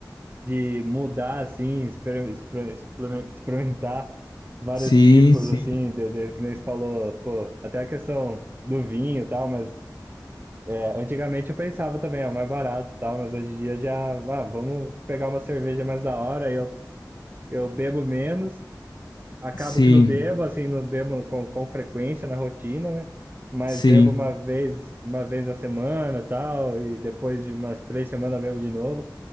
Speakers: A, on the right; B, on the left.
A: de mudar, assim, exper- exper- exper- experimentar vários
B: Sim,
A: tipos,
B: sim,
A: assim, de, de, que nem você falou, pô, até a questão do vinho e tal, mas é, antigamente eu pensava também, é o mais barato e tal, mas hoje em dia já, ah, vamos pegar uma cerveja mais da hora, eu, eu bebo menos, acabo
B: sim,
A: que não bebo, assim, não bebo com, com frequência na rotina, né? Mas
B: sim,
A: bebo uma vez, uma vez na semana, tal, e depois de umas três semanas bebo de novo.